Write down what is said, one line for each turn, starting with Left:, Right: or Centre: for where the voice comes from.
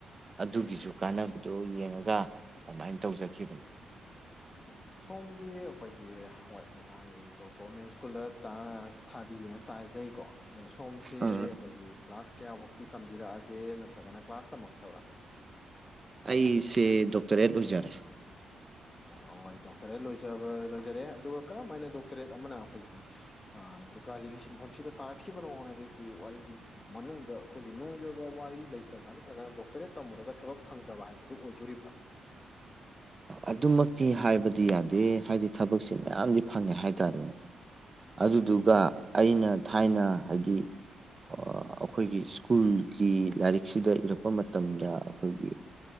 Right: ꯑꯗꯨꯒꯤꯁꯨ ꯀꯥꯟꯅꯕꯗꯨ ꯌꯦꯡꯉꯒ ꯑꯗꯨꯃꯥꯏꯅ ꯇꯧꯖꯈꯤꯕꯅꯦ
Left: ꯑꯤ ꯁꯣꯝꯗꯤ ꯑꯩꯈꯣꯏꯒꯤ ꯍꯋꯥꯢ ꯃꯥꯒꯤ ꯒꯣꯔꯃꯦꯟ ꯁ꯭ꯀꯨꯜꯗ ꯊꯥꯕꯤꯌꯦꯅ ꯇꯥꯖꯩꯀꯣ ꯑꯥ ꯁꯣꯝꯁꯦ
Right: ꯑꯥ
Left: ꯑꯩꯈꯣꯏꯒꯤ ꯀ꯭ꯂꯥꯁ ꯀꯌꯥꯐꯧꯛꯇꯤ ꯇꯝꯕꯤꯔꯛꯑꯒꯦ ꯅꯠꯇ꯭ꯔꯒꯅ ꯀ꯭ꯂꯥꯁ ꯇꯥꯝꯃꯛꯇꯕꯔꯥ
Right: ꯑꯩꯁꯦ ꯗꯣꯛꯇꯔꯦꯠ ꯂꯣꯏꯖꯔꯦ
Left: ꯑꯣ ꯍꯣꯏ ꯗꯣꯛꯇꯔꯦꯠ ꯂꯣꯏꯖꯕ ꯂꯣꯏꯖꯔꯦ ꯑꯗꯨꯒ ꯀꯔꯝ ꯍꯥꯏꯅ ꯗꯣꯛꯇꯔꯦꯠ ꯑꯃꯅ ꯑꯩꯈꯣꯏꯒꯤ ꯖꯨꯒꯥꯂꯤꯒꯤ ꯁꯤꯟꯐꯝꯁꯤꯗ ꯇꯥꯔꯛꯈꯤꯕꯅꯣ ꯍꯥꯏꯕꯒꯤ ꯋꯥꯔꯤ ꯃꯅꯨꯡꯗ ꯑꯩꯈꯣꯏꯒꯤ ꯅꯨꯡꯒꯤ ꯑꯣꯏꯕ ꯋꯥꯔꯤ ꯂꯩꯇꯕ꯭ꯔꯥ ꯅꯠꯇ꯭ꯔꯒꯅ ꯗꯣꯛꯇꯔꯦꯠ ꯇꯝꯃꯨꯔꯒ ꯊꯕꯛ ꯐꯪꯗꯕ ꯍꯥꯏꯕꯗꯨ ꯑꯣꯏꯗꯣꯔꯤꯕ꯭ꯔꯥ
Right: ꯑꯗꯨꯃꯛꯇꯤ ꯍꯥꯏꯕꯗꯤ ꯌꯥꯗꯦ ꯍꯥꯏꯗꯤ ꯊꯕꯛꯁꯦ ꯃꯌꯥꯝꯗꯤ ꯐꯪꯉꯦ ꯍꯥꯏꯇꯥꯔꯦꯅꯦ
Left: <inaudible>
Right: ꯑꯗꯨꯗꯨꯒ ꯑꯩꯅ ꯊꯥꯏꯅ ꯍꯥꯏꯗꯤ ꯑꯩꯈꯣꯏꯒꯤ ꯁ꯭ꯀꯨꯜꯒꯤ ꯂꯥꯏꯔꯤꯛꯁꯤꯗ ꯏꯔꯛꯄ ꯃꯇꯝꯗ ꯑꯩꯈꯣꯏꯒꯤ